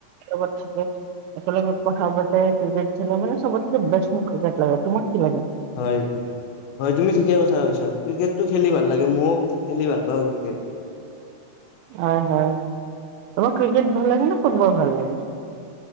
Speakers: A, on the right; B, on the left.
A: লগত থাকে। এফালে কথাও পাতে, ক্ৰিকেট খেলে, মানে সবতকে বেষ্ট মোক ক্ৰিকেট লাগে, তোমাক কি লাগে?
B: হয়। হয় তুমি ঠিকে কথা কৈছা হয়চন। ক্ৰিকেতটো খেলি ভাল লাগে, মও খেলি ভাল পাওঁ ক্ৰিকেটটো।
A: হয়, হয়। তোমাৰ ক্ৰিকেট ভাল লাগে নে ফুটবল ভাল লাগে?